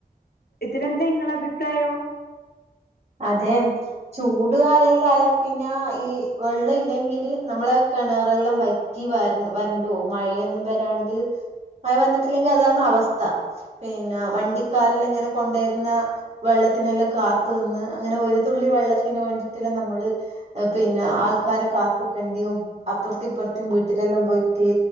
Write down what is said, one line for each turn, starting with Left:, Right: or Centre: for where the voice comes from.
Left: ഇതിലെന്താ ഇങ്ങളെ അഭിപ്രായോ
Right: അതേന്ന് ചൂട് കാലെല്ലാആയാ പിന്നെ ഈ വെള്ളം ഇല്ലെങ്കില് നമ്മളെ കിണറെല്ലാം വറ്റ് വര വരണ്ടോ മഴയൊന്നും വരാണ്ട് മഴ വന്നിട്ടില്ലെങ്കിൽ അതാണ് അവസ്ഥ പിന്നെ വണ്ടിക്കാരല്ലാം ഇങ്ങനെ കൊണ്ടുവരുന്ന വെള്ളത്തിനെല്ലാം. കാത്തു നിന്ന് അങ്ങനെ ഒരു തുള്ളി വെള്ളത്തിന് വേണ്ടിട്ടല്ലാം നമ്മള് പിന്നെ ആൾക്കാരെ കാത്ത് ക്കണ്ടിയും അപ്പുറത്തി ഇപ്പുറത്തും വീട്ടിലെല്ലാം പോയിട്ട്